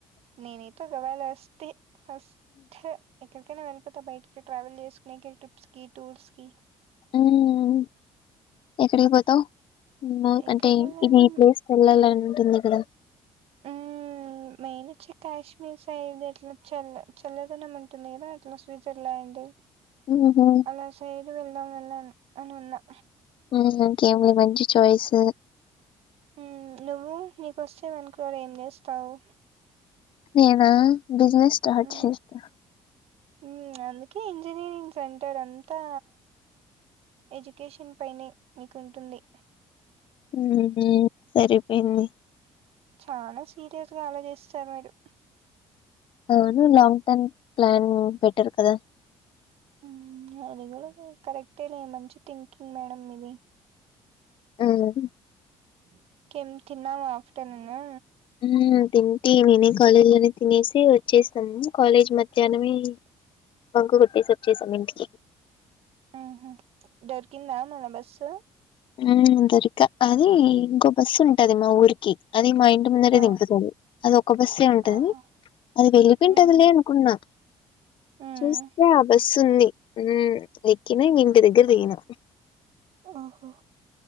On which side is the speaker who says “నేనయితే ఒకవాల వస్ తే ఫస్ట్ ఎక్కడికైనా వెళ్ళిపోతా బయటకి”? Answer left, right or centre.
Right